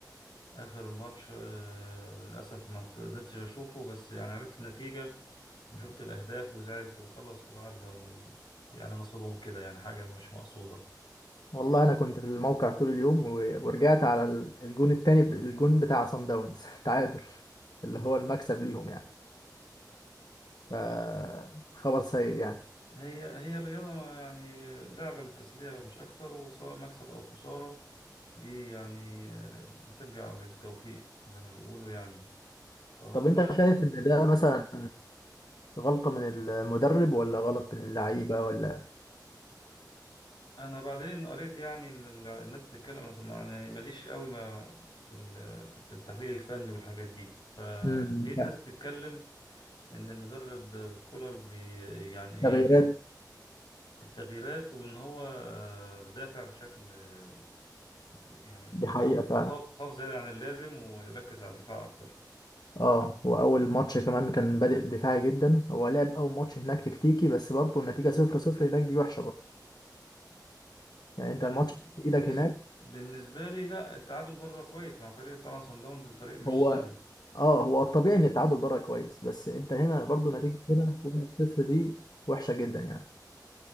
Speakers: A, on the left (about 90°); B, on the left (about 65°).
A: آخر ماتش آه، للأسف ما قدرتش أشوفه بس يعني عرفت النتيجة وشفت الأهداف وزعلت وخلص وعدى و... يعني نصيبهم كده يعني حاجة مش مقصودة
B: والله انا كنت في الموقع طول اليوم و... ورجعت على ال- الجون التاني ب- الجون بتاع سان داونز <laughs> تعادل اللي هو المكسب ليهم يعني فخبر سيء يعني
A: هي هي الرياضة يعني لعبة للتسلية مش أكتر وسواء مكسب أو خسارة دي يعني آه، بترجع للتوفيق زي ما بيقولوا يعني فهم
B: طب انت شايف ان ده مثلا آه، غلطة من المدرب ولا غلط من اللعيبة ولا
A: انا بعدين قريت يعني ان ال- الناس بتتكلم أنا سمع- يعني ماليش قوي ما في ال- في التحليل الفني والحاجات دي فلقيت
B: امم
A: ناس بتتكلم ان المدرب كولر بي يعني ايه
B: تغييرات
A: التغييرات وان هو آه، بدافع بشكل آه، يعني
B: دي حقيقة
A: خوف
B: فعلا
A: خاف خاف زيادة عن اللازم ويركز على الدفاع اكتر
B: اه واول ماتش كمان كان بادئ دفاعي جدا هو لعب اول ماتش هناك تكتيكي بس برضه النتيجة صفر صفر هناك دي وحشة برضه يعني انت
A: انا
B: الماتش في ايدك
A: بالنسبة
B: هناك
A: بالنسبة لي لا التعادل بره كويس مع فريق طبعا صن داونز الفريق مش
B: هو
A: سهل
B: اه هو الطبيعي ان التعادل بره كويس بس انت هنا برضه نتيجة هنا واحد صفر دي وحشة جدا يعني